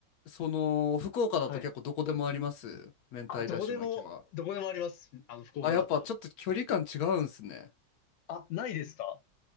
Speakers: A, on the left; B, on the left.
A: その、福岡だと結構どこでもあります明太だし巻きは。
B: はい。あ、どこでも、どこでもあります。あの、福岡だと。
A: あ、やっぱちょっと距離感違うんすね。
B: あ、ないですか